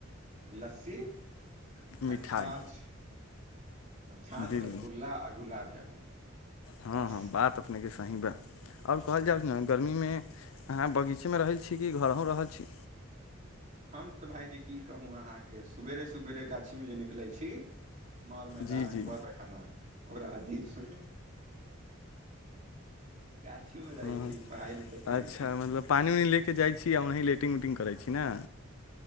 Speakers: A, on the right (about 35°); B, on the left (about 80°).
A: लस्सी आ
B: मिठाइ
A: छाँछ आ छाछ
B: बिल
A: रसगुल्ला आ गुलाब जामुन
B: हँ
A: बस
B: हँ बात अपने के सही ब आओर कहल जाय ने गर्मी मे अहाँ बगीचेमे रहैत छी कि घरो रहल छी
A: हम तऽ भाायजी की कहू अहाँके सेरे सुवेरे गाछी मे जे निकलै छी मर मैदान
B: जी जी
A: पर पैखाना ओकरा दिनमे गाछीमे रहै
B: ह
A: छी पढ़ाइ लिखाइ करै
B: अच्छा
A: छी
B: मतलब पानी उाननी ले के जाइ छी आ वह लेटिंग उटिंग करै छी छै नहि